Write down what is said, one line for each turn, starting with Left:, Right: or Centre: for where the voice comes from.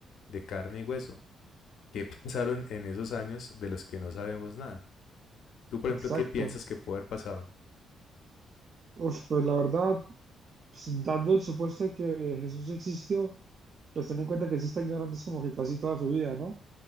Left: de carne y hueso. ¿Qué pasaron en esos años de los que no sabemos nada? Tú, por
Right: Exacto.
Left: ejemplo, ¿qué piensas que puede haber pasado?
Right: Uf, pues la verdad, pues, dando el supuesto de que Jesús existió, pues ten en cuenta que sí está ignorando es como que casi toda su vida, ¿no?